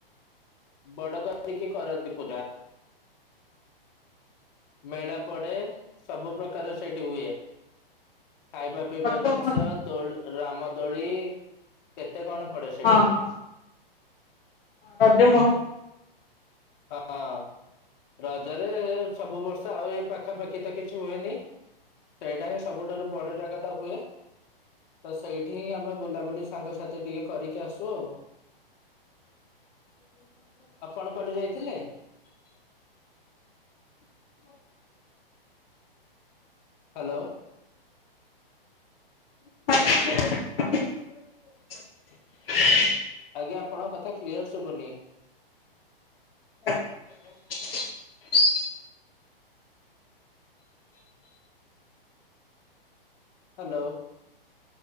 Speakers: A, on the left; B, on the left.
A: ବଡ କରିକି କରନ୍ତି ପୂଜା। ମେଳା ପଡେ ସବୁ ପ୍ରକାର ସେଇଠି ହୁଏ। ଖାଇବା ପିଇବା
B: ରଜ ମହୋତ୍ସବ
A: ଜିନିଷ ଦୋଳ ରାମ ଦୋଳି କେତେ କଣ ପଡେ। ସେଇଠି
B: ହଁ ହଁ। ରଜ ମହ
A: ହଁ ହଁ ରଜରେ ସବୁ ବର୍ଷ ଆଉ ଏ ପାଖାପାଖି ତ କିଛି ହୁଏନି ସେଇଟା ହିଁ ସବୁଠାରୁ ବଡ ଜାଗା ଟା ହୁଏ ତ ସେଇଠି ହିଁ ଆମେ ବୁଲାବୁଲି ସାଙ୍ଗସାଥି ଟିକେ କରିକି ଆସୁଅ ଆଉ।
B: <unintelligible>
A: ପଣ କୁଆଡେ ଯାଇଥିଲେ?
B: <unintelligible>
A: ହାଲୋ।
B: <inaudible>
A: ଆଜ୍ଞା ଆପଣଙ୍କ କଥା କ୍ଲିୟର୍ ଶୁଭନି।
B: <inaudible>
A: ହାଲୋ।